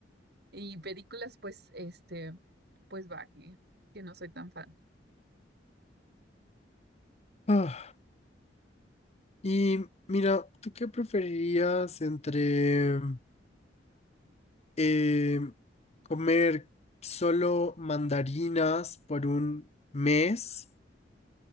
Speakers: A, on the right; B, on the left.
A: Y películas, pues, este, pues va, que, que no soy tan fan.
B: Ah, y mira, ¿tú qué preferirías entre eh, comer solo mandarinas por un mes